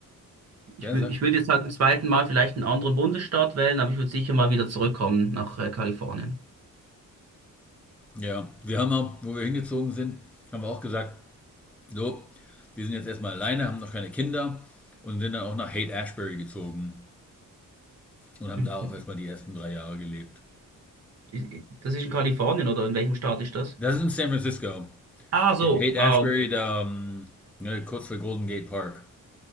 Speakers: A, on the right; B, in the centre.
A: ich,
B: ja,
A: wü-
B: sag.
A: ich würde jetzt halt zum zweiten Mal vielleicht einen anderen Bundesstaat wählen, aber ich würde sicher mal wieder zurückkommen nach äh, Kalifornien. <laughs>
B: Ja, wir haben auch, wo wir hingezogen sind, haben wir auch gesagt, So, wir sind jetzt erstmal alleine, haben noch keine Kinder und sind dann auch nach Haight Ashbury gezogen und haben
A: Mhm.
B: da auch erstmal die ersten drei Jahre gelebt.
A: Ist- Das ist in Kalifornien oder in welchem Staat ist das?
B: Das ist in San Francisco.
A: Ah, so.
B: Haight
A: Ah,
B: Ashbury,
A: okay.
B: da, ähm, ne, kurz vor Golden Gate Park.